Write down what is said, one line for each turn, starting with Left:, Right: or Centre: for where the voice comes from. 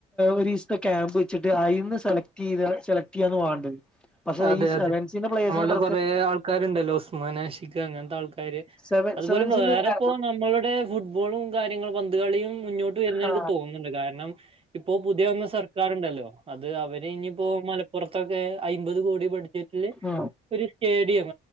Centre: ഒരീസ് ത്തെ ക്യാമ്പ് വെച്ച്ട്ട് അയിന്ന് സെലക്ടീത് സെലക്ടീയ്യാണ് വാണ്ടത്. പക്ഷെ
Right: അതെ
Centre: ഈ സെവൻസിന്റെ
Right: അതെ
Centre: പ്ലേയേഴ്സിന്
Right: നമ്മള്ടെ
Centre: പ്രത്യേക
Right: കൊറെ ആൾക്കാര്ണ്ടല്ലൊ ഉസ്മാൻ, ആ ഷിഖ് അങ്ങൻത്താൾക്കാര്
Centre: സെവ
Right: അതുപോലെ
Centre: സെവൻസിന്റെ
Right: വേറെപ്പൊ
Centre: ആ
Right: നമ്മളുടെ ഫുട്ബോളും കാര്യങ്ങളും പന്ത് കളിയും മുന്നോട്ട് വരുന്നെനിക്ക്
Centre: ആ
Right: തോന്ന്ണ്ട്. കാരണം ഇപ്പൊ പുതിയ വന്ന സർക്കാറ്ണ്ടല്ലൊ അത് അ അവര് ഇനിയിപ്പൊ മലപ്പൊറത്തൊക്കെ അയ്മ്പത് കോടി ബഡ്ജറ്റ്ല്
Centre: ആ
Right: ഒരു സ്റ്റേഡിയം